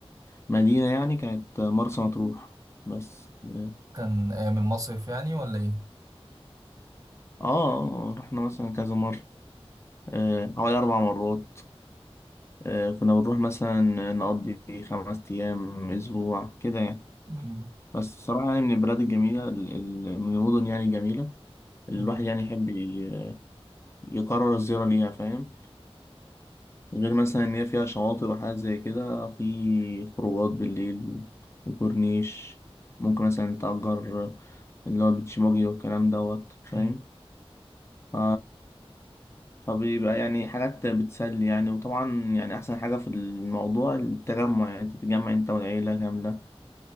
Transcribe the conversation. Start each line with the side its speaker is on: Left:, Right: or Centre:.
Left: مدينه يعني كانت مرسى مطروح بس اه
Right: كان أيام المصيف يعني ولا إيه؟
Left: آه، رحنا مثلا كذا مره آه، حوالي اربع مرات آه، كنا بنروح مثلا نقضي خمس ايام اسبوع كده يعني
Right: مم،
Left: بس الصراحة يعني من البلاد الجميلة ال- ال- من المدن يعني الجميلة اللي
Right: مم،
Left: الواحد يعني يحب ي- يقرر الزيارة ليها فاهم غير مثلا إن هي فيها شواطئ وحاجات زي كده في خروجات بالليل و- وكورنيش ممكن مثلا تأجر اللي هو بيتش باجي والكلام دوت فاهم
Right: مم،
Left: ف... فبيبقى يعني حاجات بتسلي يعني وطبعا يعني أحسن حاجة في الموضوع التجمع يعني أنت تتجمع أنت والعيلة كاملة